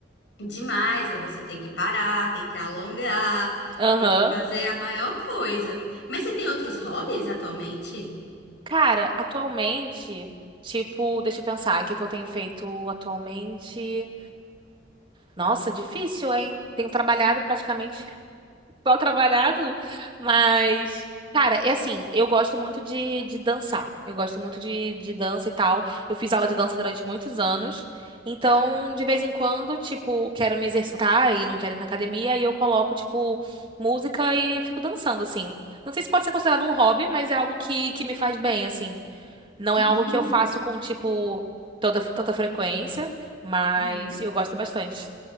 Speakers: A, on the left; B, on the right.
A: Demais, aí você tem que parar, tem que alongar,
B: Aham.
A: tem que fazer a maior coisa. Mas você tem outros hobbies atualmente?
B: Cara, atualmente, tipo, deixa eu pensar, o que que eu tenho feito atualmente? Nossa, difícil, hein? Tenho trabalhado praticamente mal trabalhado, mas. Cara, é assim, eu gosto muito de, de dançar. Eu gosto muito de, de dança e tal. Eu fiz aula de dança durante muitos anos. Então, de vez em quando, tipo, quero me exercitar e não quero ir na academia, e eu coloco, tipo, música e fico dançando, assim. Não sei se pode ser considerado um hobby, mas é algo que, que me faz bem, assim. Não
A: Sim.
B: é algo que eu faço com, tipo, toda, tanta frequência, mas
A: Uhum.
B: eu gosto bastante.